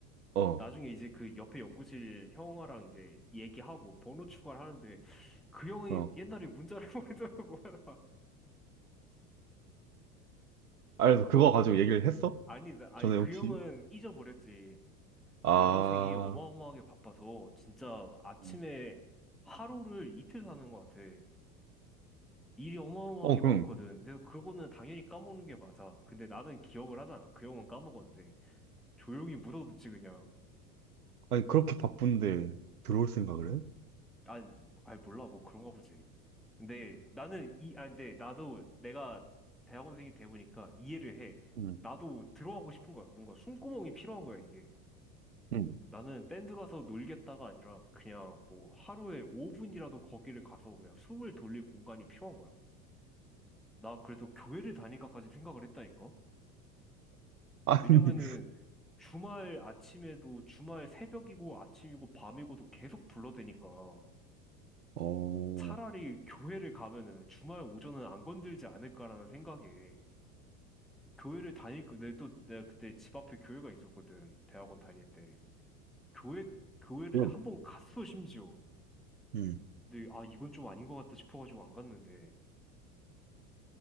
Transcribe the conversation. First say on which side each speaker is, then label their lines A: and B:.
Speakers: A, on the right; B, in the centre.
A: 어,
B: 나중에 이제 그 옆에 연구실 형아랑 이제 얘기하고 번호 추가를 하는데 그 형이
A: 어.
B: 옛날에 문자를 <laughs> 보내더라고.
A: 아, 그래서 그거 가지고 얘기를 했어?
B: 아니, 나- 아니
A: 전에
B: 그
A: 혹시?
B: 형은 잊어버렸지.
A: 아,
B: 대학원생이 어마어마하게 바빠서 진짜 아침에
A: 음.
B: 하루를 이틀 사는 것 같아. 일이 어마어마하게
A: 어,
B: 많거든.
A: 그럼,
B: 근데 그거는 당연히 까먹는 게 맞아. 근데 나는 기억을 하잖아. 그 형은 까먹었는데. 조용히 묻어뒀지 그냥.
A: 아니, 그렇게 바쁜데 들어올 생각을 해?
B: 아니, 아니 몰라 뭐 그런가 보지. 근데 나는 이, 아 근데 나도 내가 대학원생이 돼 보니까 이해를 해.
A: 음,
B: 나도 들어가고 싶은 거야. 뭔가 숨구멍이 필요한 거야 이게.
A: 음.
B: 나는 밴드 가서 놀겠다가 아니라 그냥 뭐 하루에 5분이라도 거기를 가서 그냥 숨을 돌릴 공간이 필요한 거야. 나 그래서 교회를 다닐까까지 생각을 했다니까.
A: 아니,
B: 왜냐면은
A: <laughs>
B: 주말 아침에도 주말 새벽이고 아침이고 밤이고도 계속 불러대니까.
A: 어,
B: 차라리 교회를 가면은 주말 오전은 안 건들지 않을까라는 생각에 교회를 다닐 거 내가 또 내가 그때 집 앞에 교회가 있었거든 대학원 다닐 때 교회 교회를
A: 그냥
B: 내가 한 번 갔어 심지어
A: 음.
B: 근데 아 이건 좀 아닌 것 같다 싶어가지고 안 갔는데